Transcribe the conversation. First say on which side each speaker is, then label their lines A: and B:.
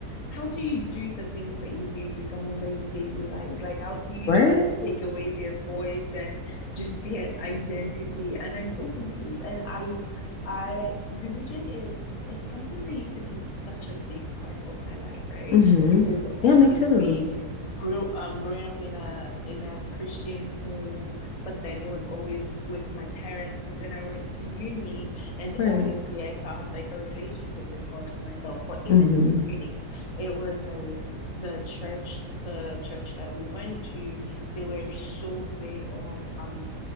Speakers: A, on the left (about 30°); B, on the left (about 65°).
A: how do you do the things that you do to someone that you say you like? Like, how do you
B: Right?
A: try to take away their voice and just their identity? And I'm so confused. And I, I, religion is, it's something that used to be such a big part of my life, right?
B: Mm-hmm.
A: Because
B: Yeah,
A: obviously,
B: me too.
A: grew um growing up in a in a Christian home, but then it was always with my parents, and then I went to uni And
B: Right.
A: obviously, I found like a relationship with God for myself. But even
B: Mm-hmm.
A: in uni, it was like the church, the church that we went to, they were so big on um